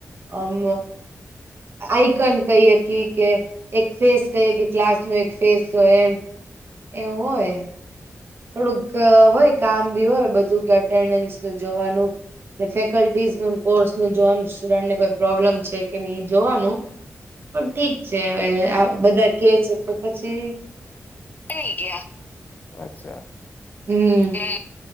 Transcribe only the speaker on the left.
નહી ગયા અચ્છા
હે.